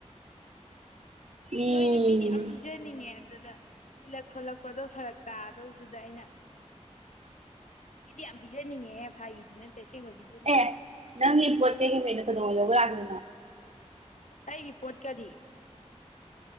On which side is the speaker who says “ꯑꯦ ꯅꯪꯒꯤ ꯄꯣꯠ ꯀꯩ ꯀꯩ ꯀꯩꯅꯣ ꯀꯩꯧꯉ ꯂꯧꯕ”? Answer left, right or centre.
Right